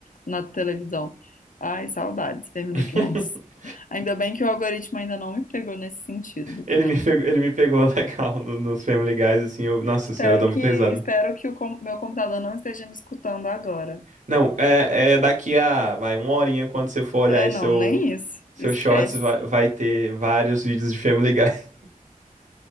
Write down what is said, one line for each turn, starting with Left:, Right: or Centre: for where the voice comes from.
Left: na televisão. Ai, saudades, Family
Right: <laughs>
Left: Guys. Ainda bem que o algoritmo ainda não me pegou nesse sentido.
Right: Ele me pegou, ele me pegou <laughs> legal no- nos Family Guys, assim, eu, nossa
Left: Espero
Right: senhora, eu dou
Left: que,
Right: muita risada.
Left: espero que o com- meu computador não esteja me escutando agora.
Right: Não, é, é daqui a, vai, uma horinha quando você for olhar
Left: É,
Right: aí
Left: não,
Right: seu,
Left: nem isso.
Right: seu
Left: Esquece.
Right: shorts, vai, vai ter vários vídeos de Family Guy. <laughs>